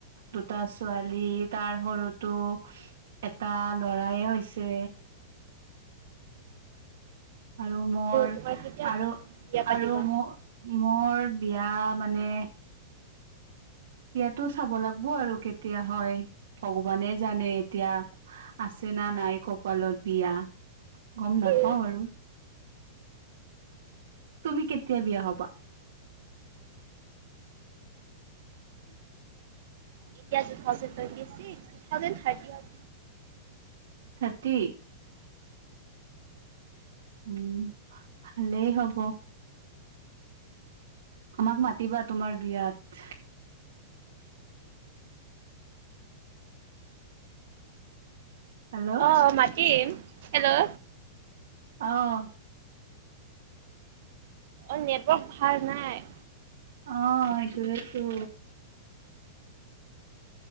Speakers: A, on the right; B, on the right.
A: দুটা ছোৱালী, তাৰ সৰুটো এটা ল'ৰায়ে হৈছে। আৰু মোৰ,
B: তোমাৰ কেতিয়া
A: আৰু,
B: বিয়া পাতিবা?
A: আৰু মোৰ মোৰ বিয়া মানে বিয়াতো চাব লাগিব আৰু কেতিয়া হয়ঁ। ভগৱানে জানে এতিয়া। আছে নে নাই কপালত বিয়া! গম নাপাওঁ
B: উম,
A: আৰু। তুমি কেতিয়া বিয়া হ'বা?
B: এতিয়া two thousand twenty six. Two thousand থাৰ্টিত।
A: থাৰ্টি? উমঁ, ভালেই হ'ব। আমাক মাতিবা তোমাৰ বিয়াত। হেলৌ!
B: অঁ মাতিম হেলৌ!
A: অঁ!
B: অঁ নেটৱৰ্ক ভাল নাই।
A: অঁ এইটোৱেটো।